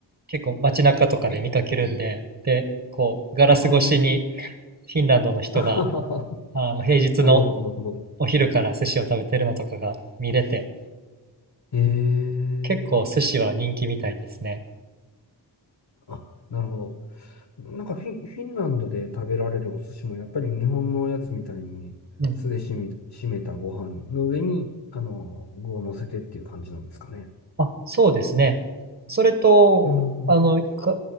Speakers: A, on the right (about 35°); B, on the left (about 60°).
A: 結構街中とかで見かけるんで、で、こう、ガラス越しに
B: あ
A: フィンランドの人が、
B: あ。<laughs>
A: あの平日の
B: なるほど、なるほど。
A: お昼から寿司を食べてるのとかが見れて、
B: ええ
A: 結構寿司は人気みたいですね。
B: あ、なるほど。なんかフィン、フィンランドで食べられるお寿司もやっぱり日本のやつみたいに酢でしみ、
A: うん。
B: しめたご飯の上に、あの、具を乗せてっていう感じなんですかね。
A: あ、そうですね。それと、
B: うん。
A: あの、か、